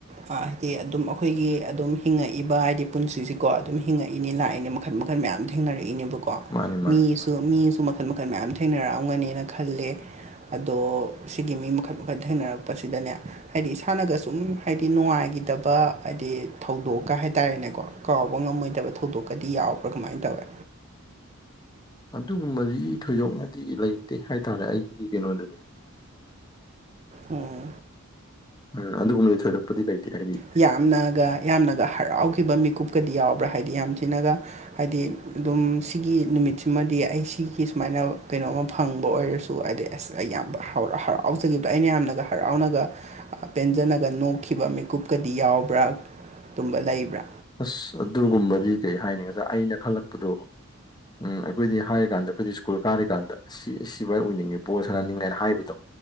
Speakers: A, on the right (about 30°); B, on the left (about 20°).
A: ꯑꯥ ꯍꯥꯏꯗꯤ ꯑꯗꯨꯝ ꯑꯈꯣꯏꯒꯤ ꯑꯗꯨꯝ ꯍꯤꯡꯉꯛꯏꯕ ꯍꯥꯏꯗꯤ ꯄꯨꯟꯁꯤꯁꯦꯀꯣ ꯑꯗꯨꯝ ꯍꯤꯡꯉꯛꯏꯅꯦ ꯂꯥꯛꯏꯅꯦ ꯈꯟ ꯃꯈꯟ ꯃꯌꯥꯝ ꯊꯦꯡꯅꯔꯛꯏꯅꯦꯕ ꯀꯣ
B: ꯃꯥꯅꯤ ꯃꯥꯅꯤ
A: ꯃꯤꯁꯨ ꯃꯤꯁꯨ ꯃꯈꯜ ꯃꯈꯟ ꯃꯌꯥꯝ ꯊꯦꯡꯅꯔꯛ ꯑꯝꯒꯅꯦꯅ ꯈꯜꯂꯦ ꯑꯗꯣ ꯁꯤꯒꯤ ꯃꯤ ꯃꯈꯜ ꯃꯈꯜ ꯊꯦꯡꯅꯔꯛꯄꯁꯤꯗꯅꯦ ꯍꯥꯏꯗꯤ ꯏꯁꯥꯅꯒ ꯁꯨꯝ ꯍꯥꯏꯗꯤ ꯅꯨꯡꯉꯥꯏꯒꯤꯗꯕ ꯍꯥꯏꯗꯤ ꯊꯧꯗꯣꯛꯀꯥ ꯍꯥꯏꯇꯥꯔꯦꯅꯦꯀꯣ ꯀꯥꯎꯕ ꯉꯝꯃꯣꯏꯗꯕ ꯊꯧꯗꯣꯛꯀꯥꯗꯤ ꯌꯥꯎꯕ꯭ꯔꯥ ꯀꯃꯥꯏꯟ ꯇꯧꯋꯦ
B: ꯑꯗꯨꯒꯨꯝꯕꯗꯤ ꯊꯣꯏꯗꯣꯛꯅꯗꯤ ꯂꯩꯇꯦ ꯍꯥꯏꯇꯥꯔꯦ ꯑꯩꯒꯤ ꯀꯩꯅꯣꯗꯗꯤ
A: ꯑꯣ
B: ꯎꯝ ꯑꯗꯨꯒꯨꯝꯕꯗꯤ ꯊꯣꯏꯗꯛꯄꯗꯤ ꯂꯩꯇꯦ ꯍꯥꯏꯗꯤ
A: ꯌꯥꯝꯅꯒꯥ ꯌꯥꯝꯅꯒꯥ ꯍꯔꯥꯎꯈꯤꯕ ꯃꯤꯀꯨꯞꯀꯥꯗꯤ ꯌꯥꯎꯕ꯭ꯔꯥ ꯍꯥꯏꯗꯤ ꯌꯥꯝ ꯊꯤꯅꯒꯥ ꯍꯥꯏꯗꯤ ꯑꯗꯨꯝ ꯁꯤꯒꯤ ꯅꯨꯃꯤꯠꯁꯤꯃꯗꯤ ꯑꯩ ꯁꯤꯒꯤ ꯁꯨꯃꯥꯏꯅ ꯀꯩꯅꯣꯝꯃ ꯐꯪꯕ ꯑꯣꯏꯔꯁꯨ ꯍꯥꯏꯗꯤ ꯑꯁ ꯑꯩ ꯌꯥꯝ ꯍꯥꯎꯔ ꯍꯔꯥꯎꯖꯒꯤꯕꯗꯣ ꯑꯩꯅ ꯌꯥꯝꯅꯒꯥ ꯍꯔꯥꯎꯅꯒꯥ ꯄꯦꯟꯖꯅꯒꯥ ꯅꯣꯛꯈꯤꯕ ꯃꯤꯀꯨꯞꯀꯥꯗꯤ ꯌꯥꯎꯕ꯭ꯔꯥ ꯇꯨꯝꯕ ꯂꯩꯕ꯭ꯔꯥ
B: ꯑꯁ ꯑꯗꯨꯒꯨꯝꯕꯗꯤ ꯀꯩ ꯍꯥꯏꯅꯤ ꯉꯁꯥꯏ ꯑꯩꯅ ꯈꯪꯂꯛꯄꯗꯣ ꯎꯝ ꯑꯩꯈꯣꯏꯗꯤ ꯍꯥꯏꯔ ꯀꯥꯟꯗꯥ ꯑꯩꯈꯣꯏꯗꯤ ꯁ꯭ꯀꯨꯜ ꯀꯥꯔꯤꯀꯥꯟꯗ ꯁꯤ ꯁꯤꯚꯥꯏ ꯑꯣꯏꯅꯤꯡꯉꯤ ꯕꯣꯜ ꯁꯥꯟꯅꯅꯤꯡꯉꯦꯅ ꯍꯥꯏꯕꯗꯣ